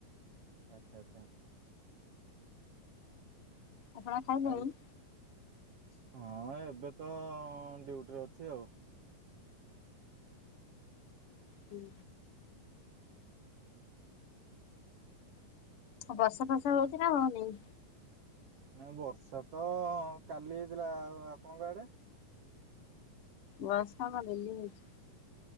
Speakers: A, on the right; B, on the left.
A: ଆଚ୍ଛା ଆଚ୍ଛା।
B: ଆପଣ ଖାଇଲେଣି?
A: ଆଉ ହଁ ଏବେ ତ ଡ୍ୟୁଟିରେ ଅଛି ଆଉ
B: ହୁଁ। ବର୍ଷା ଫର୍ଷା ହଉଛି ନା ହଉନି।
A: ନାଇଁ ବର୍ଷା ତ କାଲି ହେଇଥିଲା ଆପଣଙ୍କ ଆଡେ?
B: ବର୍ଷାଟା ଡେଲି ହେଉଛି।